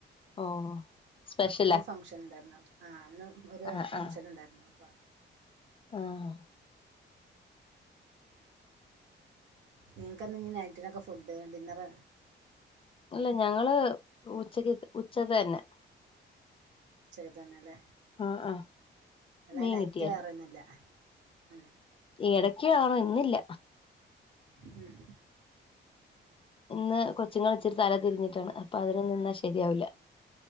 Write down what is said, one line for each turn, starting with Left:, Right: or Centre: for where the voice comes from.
Left: ഓ സ്പെഷ്യലാ
Right: ഇന്ന് ഫങ്ഷൻ ഉണ്ടായിരുന്നു ആഹ് ഒരു
Left: ആഹ്
Right: ഫംഗഷൻ
Left: ആഹ്
Right: ഉണ്ടായിരുന്നു പ്പ
Left: ആഹ്
Right: നിങ്ങൾക്ക് നീ നൈറ്റിനൊക്കെ ഫുഡ് ഡിന്നർ
Left: ഇല്ല ഞങ്ങള് ഉച്ചക്ക് ഉച്ചത് തന്നെ
Right: ഉച്ചക്കത്തെ തന്നെല്ലേ
Left: ആഹ് ആഹ്
Right: എല്ലാ
Left: മീൻ
Right: നൈറ്റ്
Left: കിട്ടിയായിരുന്നു
Right: വേറെന്നില്ല ഉം
Left: എടക്കാണ് ഇന്നില്ല
Right: ഉം
Left: ഇന്ന് കൊച്ചുങ്ങള് ഇച്ചിരി തല തിരിഞ്ഞിട്ടാണ്. അപ്പൊ അവര് നിന്നാൽ ശരിയാവില്ല.